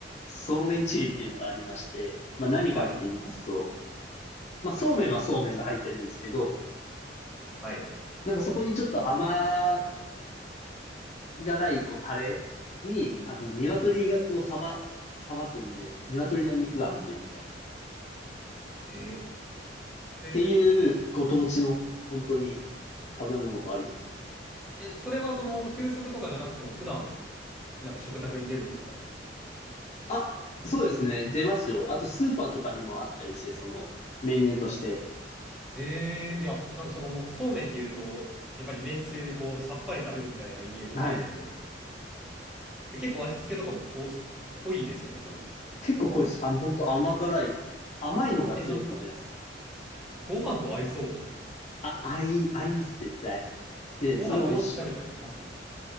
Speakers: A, on the left; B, in the centre.
A: そうめんチリっていうのがありまして、まあ何かって言いますと、
B: はい。
A: まあそうめんはそうめんが入ってるんですけど、
B: はい。
A: なんかそこにちょっと甘辛いこうタレに、あの、鶏がをさば、ささばくんで、鶏の肉が入ってるみたいな。っ
B: へ
A: ていうご当地の本当に
B: え。
A: 食べ物があります。
B: え、それはその、給食とかじゃなくても、普段、なんか食卓に出るんですか
A: あ、そうですね。出ますよ。あと、スーパーとかにもあったりして、その、メニューとして。
B: ええ、いや、なんかその、そうめんっていうと、やっぱりめんつゆでこう、さっぱり食べるみたいなイメージがあるんで、
A: はい。
B: え結構味付けとかもこう、濃いですよね、多分。
A: 結構濃いです。あの、本当甘辛い。甘いのが強いかもしれないです。
B: え、なんか、ご飯と合いそ
A: あ、合い、合います、絶対。で、
B: う。ご飯と一緒に食べたりします
A: それをもし、